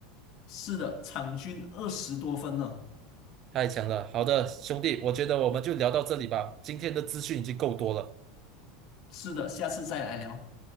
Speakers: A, on the left; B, on the right.
A: 是的，场均二十多分呢。
B: 太强了。好的，兄弟，我觉得我们就聊到这里吧，今天的资讯已经够多了。
A: 是的，下次再来聊。